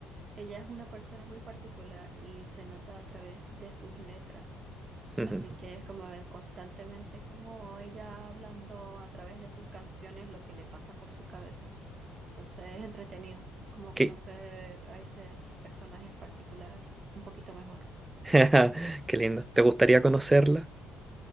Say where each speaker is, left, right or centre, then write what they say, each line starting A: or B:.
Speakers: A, on the right; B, on the right.
A: Ella es una persona muy particular y se nota a través de sus letras.
B: <laughs>
A: Así que es como de constantemente como ella hablando a través de sus canciones lo que le pasa por su cabeza. Entonces es entretenido como
B: Qué,
A: conocer a ese personaje particular un poquito mejor.
B: <laughs> qué lindo. ¿Te gustaría conocerla?